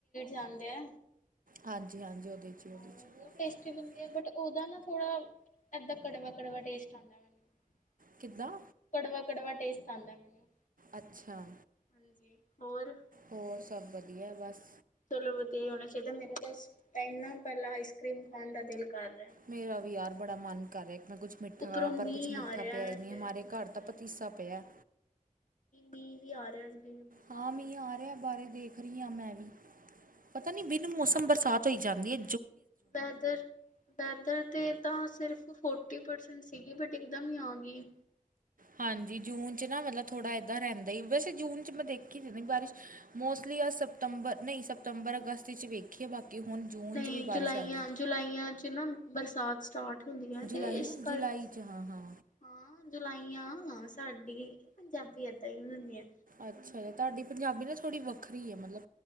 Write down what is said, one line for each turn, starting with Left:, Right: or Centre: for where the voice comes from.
Left: ਜਾਂਦੇ ਆ
Right: ਹਾਂਜੀ ਹਾਂਜੀ ਉਹਦੇ 'ਚ
Left: ਉਹ
Right: ਉਹਦੇ 'ਚ ਬਹੁਤ ਟਸਟੀ
Left: ਟੇਸਟੀ
Right: ਬਣਦੀ।
Left: ਹੈ ਬਟ ਉਹਦਾ ਨਾ ਥੋੜਾ। ਏਦਾਂ ਕੜਵਾ ਕੜਵਾ ਟੇਸਟ ਆਉਂਦਾ ਮੈਨੂੰ।
Right: ਕਿੱਦਾਂ
Left: ਕੜਵਾ ਕੜਵਾ ਟੇਸਟ ਆਉਂਦਾ ਮੈਨੂੰ
Right: ਅੱਛਾ
Left: ਹਾਂਜੀ ਹੋਰ।
Right: ਹੋਰ ਸਭ ਵਧੀਆ ਬਸ।
Left: ਚਲੋ ਵਧੀਆ ਹੀ ਹੋਣਾ ਚਾਹੀਦਾ ਮੇਰਾ ਤਾਂ ਇਸ ਟਾਈਮ ਨਾ ਪਹਿਲਾਂ ਆਈਸ ਕਰ੍ਰੀਮ ਖਾਣ ਦਾ ਦਿਲ ਕਰਦਾ।
Right: ਮੇਰਾ ਵੀ ਯਾਰ ਬੜਾ ਮਨ ਕਰ ਰਿਹਾ। ਮੈਂ ਕੁੱਛ ਮਿੱਠਾ
Left: ਉੱਪਰੋਂ ਮੀਂਹ
Right: ਪਰ ਕੁੱਛ ਮਿੱਠਾ
Left: ਆ ਰਿਹਾ
Right: ਪਿਆ
Left: ਹੈ
Right: ਹੀ ਨਹੀਂ,
Left: ਤੇ
Right: ਹਮਾਰੇ
Left: ਇੰਨਾ
Right: ਘਰ
Left: ਜ਼ਿਆਦਾ
Right: ਤਾਂ ਪਤੀਸਾ ਪਿਆ।
Left: ਮੀਂਹ ਵੀ ਆ ਰਿਹਾ। ਬਿਨ ਮੌਸਮ
Right: ਹਾਂ
Left: ਦਾ
Right: ਮੀਂਹ ਆ ਰਿਹਾ, ਬਾਹਰ ਦੇਖ ਰਹੀ ਹਾਂ ਮੈਂ ਵੀ। ਪਤਾ ਨੀ ਬਿਨ ਮੌਸਮ ਬਰਸਾਤ ਧੋਈ ਜਾਂਦੀ ਏ।
Left: ਵੈਦਰ ਵੈਦਰ ਤੇ ਤਾਂ ਸਿਰਫ ਫੋਰਟੀ ਪਰਸੈਂਟ ਸੀਗੀ ਬਟ ਇੱਕਦਮ ਹੀ ਆ ਗਈ।
Right: ਹਾਂਜੀ ਜੂਨ ਚ ਨਾ ਮਤਲਬ ਥੋੜ੍ਹਾ ਏਦਾਂ ਰਹਿੰਦਾ ਵੈਸੇ ਜੂਨ ਚ ਮੈਂ ਦੇਖੀ ਸੀ ਬਾਰਿਸ਼, ਮੋਸਟਲੀ ਅ ਸਤੰਬਰ ਨਹੀਂ ਸਤੰਬਰ, ਅਗਸਤ ਵਿੱਚ ਵੇਖੀਏ ਬਾਕੀ ਹੁਣ ਜੂਨ
Left: ਨਹੀਂ
Right: 'ਚ ਵੀ
Left: ਜੁਲਾਈਆਂ,
Right: ਬਾਰਿਸ਼ ਆ ਗਈ
Left: ਜੁਲਾਈਆਂ ਚ ਨਾ ਬਰਸਾਤ ਸਟਾਰਟ। ਹੁੰਦੀਆ ਤੇ
Right: ਜੁਲਾਈ
Left: ਇਸ
Right: ਆ
Left: ਕਰ
Right: ਜੁਲਾਈ 'ਚ ਹਾਂ ਹਾਂ
Left: ਹਾਂ ਜੁਲਾਈ। ਹਾ ਸਾਡੀ ਪੰਜਾਬੀ ਏਦਾਂ ਹੀ ਹੁੰਦੀ ਆ।
Right: ਅੱਛਾ, ਤੁਹਾਡੀ ਪੰਜਾਬੀ ਨਾ ਥੋੜ੍ਹੀ ਵੱਖਰੀ ਹੈ ਮਤਲਬ,